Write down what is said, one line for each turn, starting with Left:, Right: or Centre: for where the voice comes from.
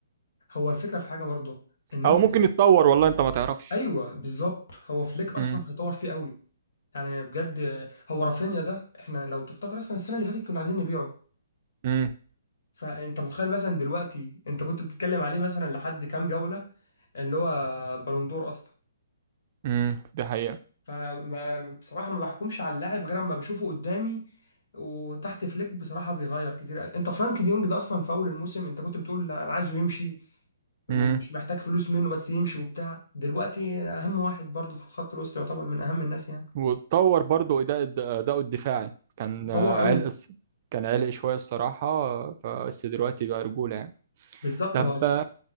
Left: هو الفكره في حاجه برضه ان انت
Right: او ممكن يتطور والله انت ما تعرفش
Left: <laughs> ايوه بالظبط هو فليك اصلا
Right: امم
Left: هيطور فيه قوي يعني بجد هو رافينيا ده احنا لو تفتكر اصلا السنه اللي فاتت كنا عايزين نبيعه
Right: امم
Left: فانت متخيل مثلا دلوقتي انت كنت بتتكلم عليه مثلا لحد كام جولة اللي هو بالندور اصلا
Right: امم دي حقيقه
Left: فما بصراحة ما بحكمش على اللاعب غير اما بشوفه قدامي وتحت فليك بصراحة بيغير كتير انت فرانك ديونج ده اصلا في اول الموسم انت كنت بتقول لا، انا عايزه يمشي ومش
Right: امم
Left: محتاج فلوس منه بس يمشي وبتاع دلوقتي اهم واحد برضه في الخط الوسط يعتبر من اهم الناس يعني
Right: واتطور برضه اداء اداؤه الدفاعي كان
Left: اتطور
Right: آه،
Left: قوي
Right: عرق الص- كان عرق شويه الصراحه آه، فبس دلوقتي بقى رجوله يعني
Left: بالظبط
Right: طب
Left: هو الف-